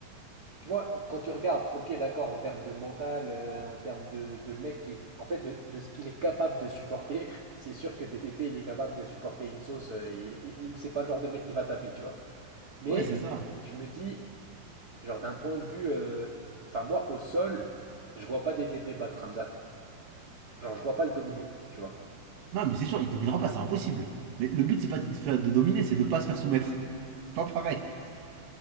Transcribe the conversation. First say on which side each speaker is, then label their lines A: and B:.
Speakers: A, on the right; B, on the right.
A: tu vois, quand tu regardes, ok, d'accord, en termes de mental, euh, en termes de, de mec qui est- en fait, de, de ce qu'il est capable de supporter, <laughs> c'est sûr que DDP, il est capable de supporter une sauce. euh, il, il- c'est pas le genre de mec qui va taper, tu vois. Mais
B: Ouais, c'est ça.
A: je me dis, genre d'un point de vue, euh, enfin moi, au sol, je vois pas DDP battre Ramzat. Genre, je vois pas le dominer, tu vois.
B: Non, mais c'est sûr, il dominera pas, c'est impossible. Mais le but, c'est pas de, faire- de dominer, c'est de pas se faire soumettre. <laughs> C'est pas pareil.